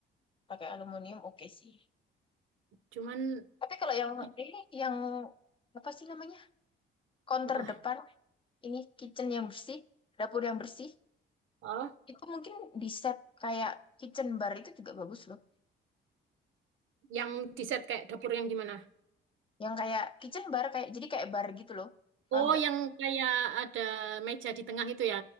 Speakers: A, on the left; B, on the right.
A: pakai aluminium oke sih
B: Cuman
A: tapi kalau yang
B: i-
A: ini yang apa sih namanya counter
B: apa?
A: depan ini kitchen yang bersih dapur yang bersih
B: Oh,
A: itu mungkin di set kayak kitchen bar itu juga bagus loh
B: yang di set kayak dapur yang gimana?
A: yang kayak kitchen bar kayak jadi kayak bar gitu loh paham
B: Oh,
A: nggak
B: yang kayak ada meja di tengah itu ya?